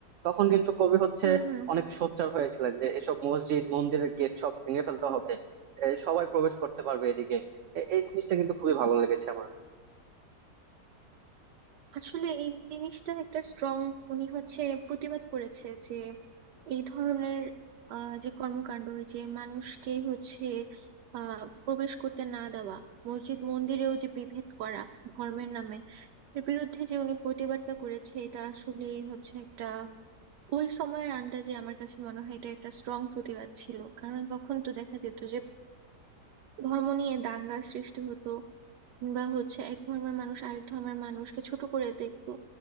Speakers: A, on the right; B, on the right.
A: তখন কিন্তু কবি হচ্ছে
B: হুম হুম
A: অনেক
B: হুম
A: সোচ্চার হয়েছিলেন যে এসব মসজিদ মন্দিরের গেট সব ভেঙে ফেলতে হবে এ, সবাই প্রবেশ করতে পারবে এদিকে এ- এই জিনিসটা কিন্তু খুবই ভালো লেগেছে আমার
B: আসলে এই জিনিসটা একটা স্ট্রং উনি হচ্ছে প্রতিবাদ করেছে যে এই ধরনের আহ, যে কর্মকাণ্ড ওই যে মানুষকে হচ্ছে আহ, প্রবেশ করতে না দেওয়া মসজিদ মন্দিরেও যে বিভেদ করা ধর্মের নামে এর বিরুদ্ধে যে উনি প্রতিবাদটা করেছে এটা আসলে হচ্ছে একটা ওই সময়ের আন্দাজে আমার কাছে মনে হয় এটা একটা স্ট্রং প্রতিবাদ ছিল কারণ তখন তো দেখা যেত যে ধর্ম নিয়ে দাঙ্গা সৃষ্টি হতো কিংবা হচ্ছে এক ধর্মের মানুষ আরেক ধর্মের মানুষকে ছোট করে দেখতো